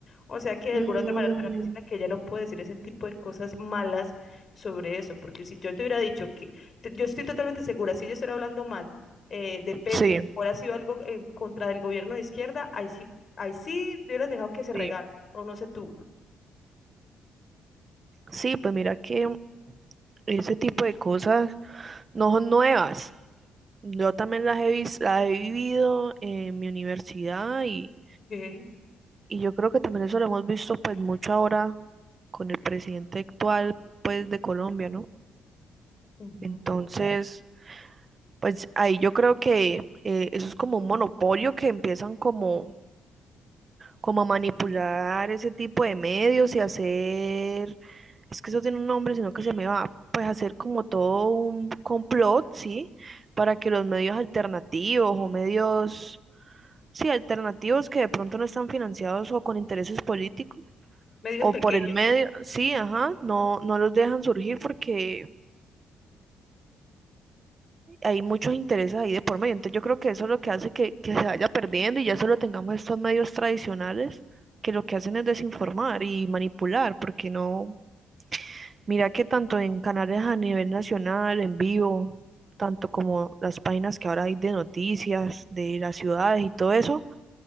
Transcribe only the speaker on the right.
mm,
sí,
sí.
Sí, pues mira que ese tipo de cosas No son nuevas. Yo también las he, vis- las he vivido en mi universidad y,
y yo creo que también eso lo hemos visto pues mucho ahora con el presidente actual pues de Colombia, ¿no?
Entonces, pues ahí yo creo que eh, eso es como un monopolio que empiezan como, como a manipular ese tipo de medios y hacer, es que eso tiene un nombre, sino que se me va, pues hacer como todo un complot, ¿sí? Para que los medios alternativos o medios Sí, alternativos que de pronto no están financiados o con intereses políticos
o
por el medio, sí, ajá, no, no los dejan surgir porque hay muchos intereses ahí de por medio. Entonces yo creo que eso es lo que hace que, que se vaya perdiendo y ya solo tengamos estos medios tradicionales que lo que hacen es desinformar y manipular, porque no, mira que tanto en canales a nivel nacional, en vivo, tanto como las páginas que ahora hay de noticias, de las ciudades y todo eso,